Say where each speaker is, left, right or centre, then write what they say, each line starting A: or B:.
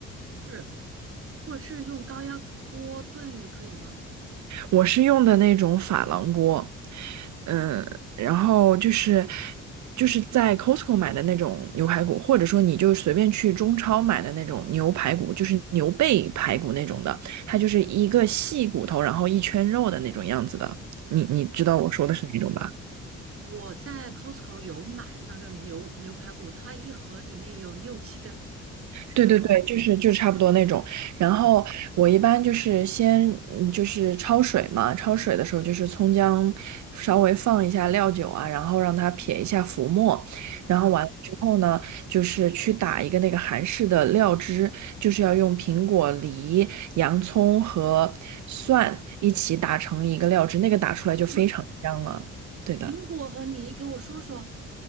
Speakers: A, on the right; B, on the right.
A: 是，如果是用高压锅炖可以吗？
B: 我是用的那种珐琅锅，嗯，然后就是就是在 Costco 买的那种牛排骨，或者说你就随便去中超买的那种牛排骨，就是牛背排骨那种的，它就是一个细骨头，然后一圈肉的那种样子的。你你知道我说的是哪种吧？
A: 我在 Costco 有买那个牛牛排骨，它一盒里面有六七根，是那个吗？
B: 对对对，就是就是差不多那种。然后我一般就是先嗯就是焯水嘛，
A: 嗯
B: 焯水的时候就是葱姜稍微放一下料酒啊，然后让它撇一下浮沫，然后完了之后呢，
A: 嗯
B: 就是去打一个那个韩式的料汁，就是要用苹果、梨、洋葱和蒜一起打成一个料汁，那个打出来就非常香了。
A: 啊，
B: 对的，
A: 苹果和梨，给我说说。